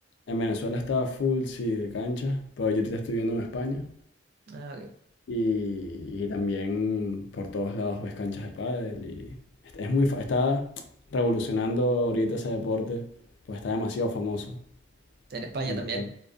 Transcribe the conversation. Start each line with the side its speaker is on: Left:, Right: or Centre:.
Left: en Venezuela estaba full, sí, de cancha, pero yo te estoy viendo en España.
Right: Ah, ok.
Left: Y, y también por todos lados ves canchas de pádel y es es muy, fa- está revolucionando ahorita ese deporte, pues está demasiado famoso,
Right: En España
Left: en
Right: también.
Left: verdad.